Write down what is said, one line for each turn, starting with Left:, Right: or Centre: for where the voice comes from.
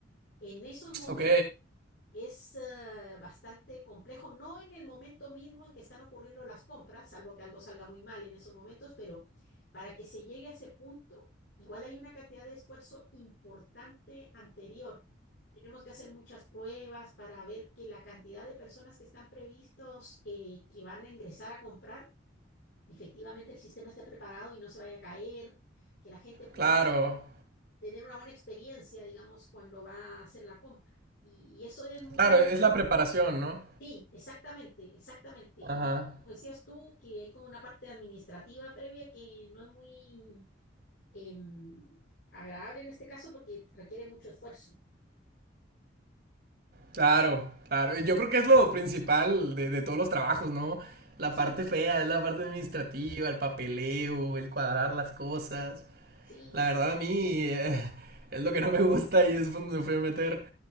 Left: en esos momentos
Right: Ok.
Left: es eh, bastante complejo, no en el momento mismo en que están ocurriendo las compras, salvo que algo salga muy mal en esos momentos, pero para que se llegue a ese punto, igual hay una cantidad de esfuerzo importante anterior. Tenemos que hacer muchas pruebas para ver que la cantidad de personas que están previstos eh, que van a ingresar a comprar, efectivamente el sistema esté preparado y no se vaya a caer, que la gente pueda
Right: Claro,
Left: tener una buena experiencia, digamos, cuando va a hacer la compra. Y, y eso es muy...
Right: claro, es la preparación, ¿no?
Left: Sí, exactamente, exactamente. Y
Right: Ajá,
Left: un poco Como decías tú, que hay como una parte administrativa previa que no es muy em, agradable en este caso porque requiere mucho esfuerzo.
Right: claro, claro. Yo creo que es lo principal de, de todos los trabajos, ¿no? La
Left: <laughs>
Right: parte fea es la parte administrativa, el papeleo, el cuadrar las cosas.
Left: Sí,
Right: La
Left: sí,
Right: verdad
Left: sí.
Right: a mí eh, es lo que no me gusta y es donde me fui a meter.